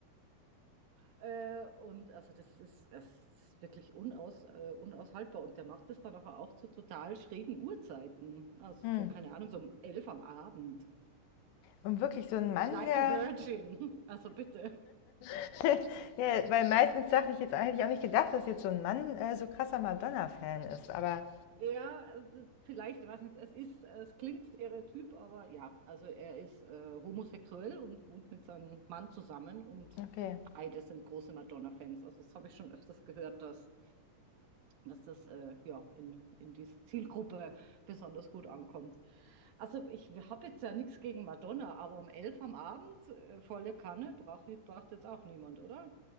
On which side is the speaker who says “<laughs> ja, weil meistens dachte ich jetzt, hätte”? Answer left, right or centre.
Left